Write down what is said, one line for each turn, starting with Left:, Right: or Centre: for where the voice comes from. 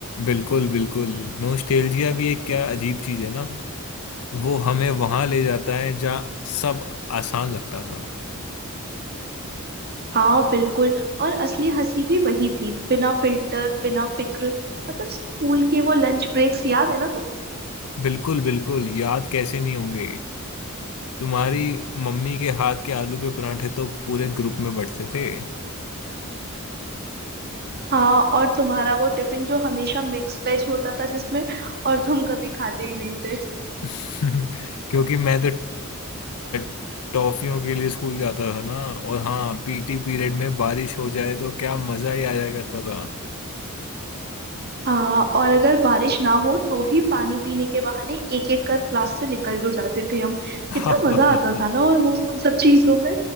Left: बिल्कुल बिल्कुल नोस्टेल्जिया भी एक क्या अजीब चीज है ना वो हमें वहां ले जाता है जहाँ सब आसान लगता था
Right: हाँ बिल्कुल और असली हंसी भी वही थी बिना फिल्टर बिना फिक्र मतलब स्कूल के वो लंच ब्रेक्स याद है ना तुम्हें
Left: बिल्कुल बिल्कुल याद कैसे नहीं होंगे तुम्हारी मम्मी के हाथ के आलू के परांठे तो पूरे ग्रुप में बंटते थे
Right: हाँ और तुम्हारा वो टिफिन जो हमेशा मिक्स वेज होता था जिसमें और तुम कभी खाते ही नहीं थे
Left: <laughs> क्योंकि मैं तो अ, टॉफियों के लिए स्कूल जाता था ना और हाँ पीटी पीरियड में बारिश हो जाए तो क्या मजा ही आ जाया करता था
Right: हाँ और अगर बारिश ना हो तो भी पानी पीने के बहाने एक एक कर क्लास से निकल जो जाते थे हम
Left: <laughs>
Right: कितना मजा आता था ना वो उन सब चीजों में